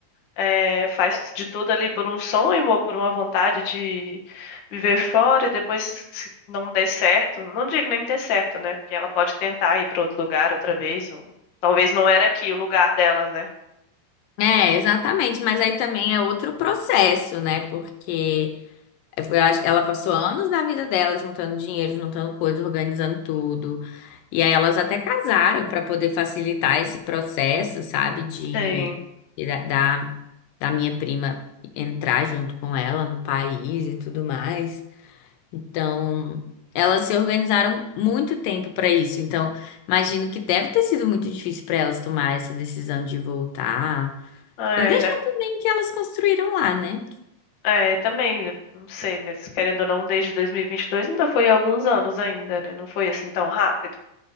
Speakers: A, on the left; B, on the left.
A: eh, faz de tudo ali por um sonho ou por uma vontade de viver fora e depois se não der certo, não digo nem der certo, né? Porque ela pode tentar ir para outro lugar outra vez, ou talvez não era aqui o lugar delas, né?
B: É, exatamente. Mas aí também é outro processo, né? Porque. Eu acho- Ela passou anos da vida dela juntando dinheiro, juntando coisa, organizando tudo. E aí elas até casaram para poder facilitar esse processo, sabe, de
A: Sim.
B: de- da, da da minha prima entrar junto com ela no país e tudo mais. Então, elas se organizaram muito tempo para isso. Então, imagino que deve ter sido muito difícil para elas tomar essa decisão de voltar.
A: É,
B: E deixar também que elas construíram lá, né?
A: é, também, não sei, mas querendo ou não, desde 2022 ainda foi alguns anos ainda, né? Não foi assim tão rápido.